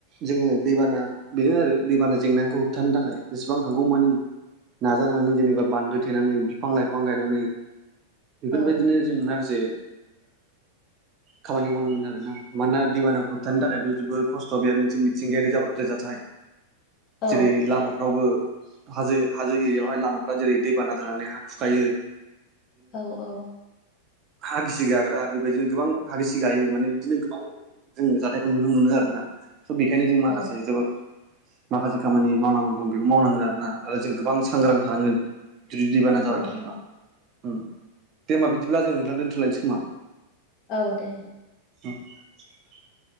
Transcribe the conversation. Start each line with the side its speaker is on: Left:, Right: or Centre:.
Right: जोङो दैबाना बेनो आरो दैबाना जेंनाखौ होबथानो थाखाय जेसेबां हागौमानि। नाजानानै जेनेबा बान्दो थेनानै बिफां लाइफां गायनानै बेफोरबायदिनो
Left: औ
Right: जों ना जे खामानि मावनांगोन आरोना मानोना दैबानाखौ होबथानो थाखायथ' जोबोद खस्थ' बि मोनसे मिथिंगायारि जाब्रबथाय जाथाय
Left: औ
Right: जेरै लामा रावबो हाजो हाजो एरिायावहाय लामाफ्रा जेरै दैबाना जानानै हा खुखायो।
Left: औ औ
Right: हा गिसि गाग्रा बेबायदिनो गोबां हा गिसि गायो माने बिदिनो गोबां जों जाथाइखौ नुनो मोनो आरो ना। बेखायनो जों माखासे
Left: औ
Right: जोबोद माखासे खामानि मावनांगौ दं बेबो मावनांगोन आरोना आरो जों गोबां सांग्रां थानांगोन। जुदि दैबाना जाबाय
Left: औ
Right: थायोबा ओम दे होमबा बिदिब्ला जों नोंथां दोन्थ'लायनोसै खोमा।
Left: औ दे।
Right: <unintelligible>